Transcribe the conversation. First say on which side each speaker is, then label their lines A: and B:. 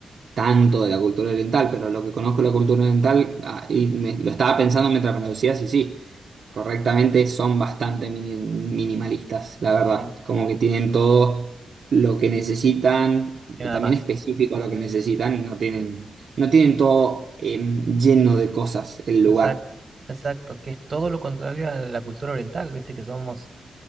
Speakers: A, on the right; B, on the right.
A: tanto de la cultura oriental, pero lo que conozco de la cultura oriental, ah, y me- lo estaba pensando mientras me lo decías, y sí, correctamente son bastante mini- minimalistas, la verdad.
B: ¿sí?
A: Es como que tienen todo lo que necesitan,
B: Y nada
A: también
B: más.
A: específico a lo que necesitan, y no tienen, no tienen todo em, lleno de cosas el lugar.
B: Exacto, exacto, que es todo lo contrario a la cultura oriental, viste que somos